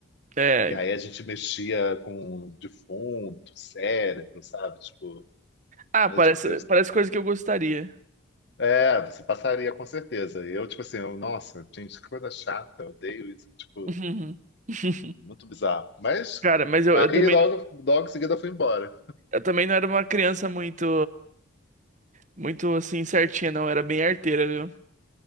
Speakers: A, on the right; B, on the left.
A: É.
B: Que aí a gente mexia com defunto, cérebro, sabe? Tipo,
A: Ah,
B: mas,
A: parece,
B: tipo, eu
A: parece coisa que eu gostaria.
B: É, você passaria com certeza. E eu, tipo assim, eu, nossa, gente, que coisa chata, eu odeio isso, tipo,
A: <laughs>
B: muito bizarro. Mas
A: Cara, mas eu,
B: aí
A: eu também,
B: logo, logo em seguida eu fui embora.
A: eu também não era uma criança muito, muito assim certinha, não. Eu era bem arteira, viu?